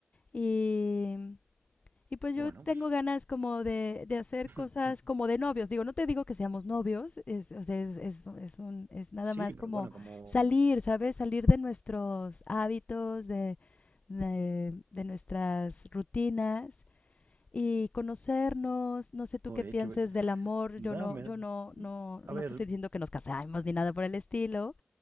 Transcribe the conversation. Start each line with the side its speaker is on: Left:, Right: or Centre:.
Left: y Y pues
Right: Bueno,
Left: yo tengo
Right: pues
Left: ganas como de, de hacer
Right: <laughs>
Left: cosas como de novios. Digo, no te digo que seamos novios, es, o sea, es, es, es un, es nada
Right: sí,
Left: más
Right: pero
Left: como
Right: bueno, como...
Left: salir, ¿sabes? Salir de nuestros hábitos, de, de, de nuestras rutinas y conocernos. No sé tú
Right: Oye,
Left: qué pienses
Right: que... ve-
Left: del amor.
Right: Nada,
Left: Yo no,
Right: me-
Left: yo no, no,
Right: A
Left: no
Right: ver,
Left: te estoy diciendo que nos casemos ni nada por el estilo,